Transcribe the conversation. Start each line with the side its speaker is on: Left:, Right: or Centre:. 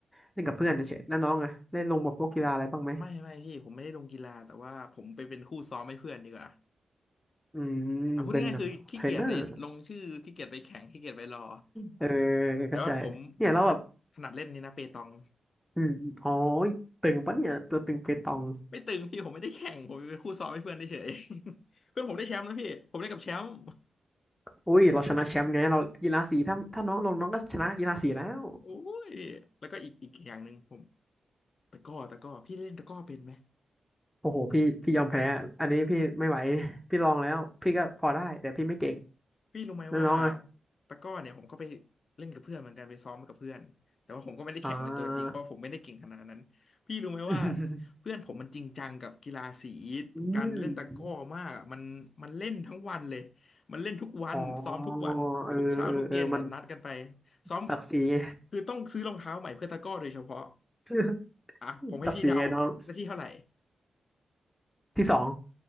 Centre: เล่นกับเพื่อนเฉยๆแล้วน้องอ่ะเล่นลงแบบพวกกีฬาอะไรบ้างไหม
Left: ไม่ไม่พี่ผมไม่ได้ลงกีฬาแต่ว่าผมไปเป็นคู่ซ้อมให้เพื่อนดีกว่า
Centre: อืมเป็นแบบเทรนเนอร์
Left: อ่ะพูดง่ายๆคือขี้เกียจไปลงชื่อขี้เกียจไปแข่งขี้เกียจไปรอ
Centre: เออ
Left: แต่ว่าผมผมถนัดถนัดเล่นนี่นะเปตอง
Centre: ก็ใช่เนี่ยเราแบบอืมอ๋อตึงปะเนี่ยตัวตึงเปตอง
Left: ไม่ตึงพี่ผมไม่ได้แข่งผมเป็นคู่ซ้อมให้เพื่อนเฉยๆ <laughs> เพื่อนผมได้แชมป์นะพี่ผมได้กับแชมป์
Centre: อุ้ยเราชนะแชมป์ไงเรากีฬาสีถ้าถ้าน้องลงน้องก็ชนะกีฬาสีแล้ว
Left: โอ้ยแล้วก็อีกอีกอกอย่างหนึ่งผมตะกร้อตะกร้อพี่เล่นตะกร้อเป็นไหม
Centre: โอ้โหพี่พี่ยอมแพ้อันนี้พี่ไม่ไหว <laughs> พี่ลองแล้วพี่ก็พอได้แต่พี่ไม่เก่ง
Left: พี่รู้ไหมว่า
Centre: แล้วน้องอะ
Left: ตะกร้อเนี่ยผมก็ไปเล่นกับเพื่อนเหมือนกันไปซ้อมกับเพื่อนแต่ว่าผมก็ไม่ได้แข่งเป็นตัวจริงเพราะว่าผมไม่ได้เก่งขนาดนั้นพี่รู้ไหมว่า
Centre: อ่า <laughs>
Left: เพื่อนผมมันจริงจังกับกีฬาสี
Centre: อืม
Left: การเล่นตะกร้อมากอะมันมันเล่นทั้งวันเลยมันเล่นทุกวันซ้อมทุกวันทุกเช้าทุกเย็นเนี่ยนัดกันไป
Centre: อ๋อเออเออเออมัน
Left: ซ้อม
Centre: ศักดิ์ศรีไง
Left: คือต้องซื้อรองเท้าใหม่เพื่อตะกร้อโดยเฉพาะ
Centre: <laughs>
Left: อ่ะผมให้พี่เดาหน้าที่เท่าไหร่
Centre: ศักดิ์ศรีไงน้องที่สอง